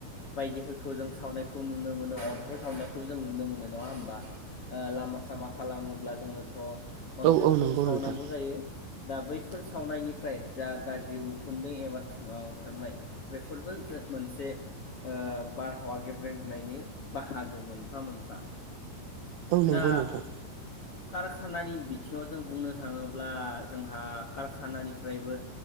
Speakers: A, on the left; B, on the right.
A: बायदिफोरखौ जों सावनायखौ नुनो मोनो अन्थाइ सावनायखौ जों नुनो मोनो नङा होमबा? ओ लामा सामा खालामोब्ला जोंनोथ' अन्थाइफोरखौ
B: औ औ नंगौ
A: सावनांगौ
B: नोंथां
A: जायो। दा बैफोर सावनायनिफ्राय जा गाज्रि उखुन्दै एबा धुङाव अंखारनाय बेफोरबो मोनसे ओ बारहावा गेब्रें होनायनि बाहागो मोनफा मोनफा।
B: औ
A: दा
B: नंगौ नोंथां।
A: कारखानानि बिथिङाव जों बुंनो थाङोब्ला जोंहा कारखानानिफ्रायबो